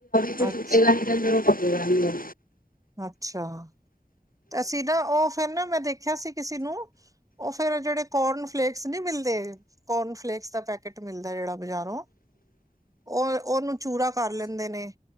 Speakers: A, on the left; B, on the right.
A: <unintelligible>
B: ਅੱਛ
A: - <unintelligible> ਤੇ ਆਹੀ ਹੈ।
B: ਅੱਛਾ। ਤੇ ਅਸੀਂ ਨਾ ਉਹ ਫੇਰ ਨਾ ਮੈਂ ਦੇਖਿਆ ਸੀ ਕਿਸੇ ਨੂੰ ਉਹ ਫੇਰ ਜਿਹੜੇ ਕੋਰਨ। ਫਲੇਕਸ ਨਹੀਂ ਮਿਲਦੇ ਕੋਰਨ ਫਲੇਕਸ ਦਾ ਪੈਕੇਟ ਮਿਲਦਾ ਜਿਹੜਾ। ਬਜ਼ਾਰੋਂ ਉਹ ਉਹਨੂੰ ਚੂਰਾ ਕਰ ਲੈ। ਹੁੰਦੇ ਨੇ।